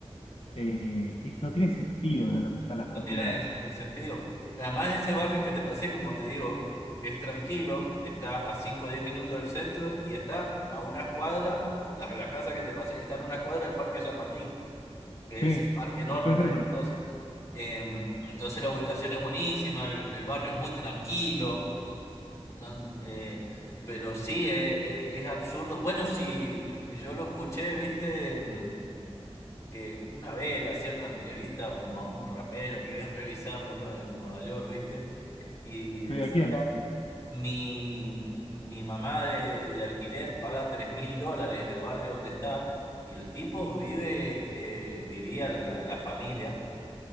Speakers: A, on the left; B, on the left.
A: Eh, es- no tiene sentido lo que están las propiedades.
B: No tiene sentido. Además, ese barrio que te pasé, como te digo, es tranquilo, está a 5 o 10 minutos del centro y está a una cuadra, la, la casa que te pasé, está en una cuadra del Parque San Martín, que
A: Sí,
B: es el parque enorme
A: está en el
B: que
A: centro.
B: hay en Mendoza. Eh, entonces la ubicación es buenísima, el, el barrio es muy tranquilo, no- eh, pero sí, eh, eh, es absurdo. Bueno, si yo lo escuché, viste. em, que una vez le hacían una entrevista a un a un rapero que es revisar uno en Nueva York, ¿viste? Y decía,
A: Sí, ¿a quién?
B: mi, mi mamá de, de alquiler paga tres mil dólares en el barrio donde está, y el tipo vive, eh, vivía la, la familia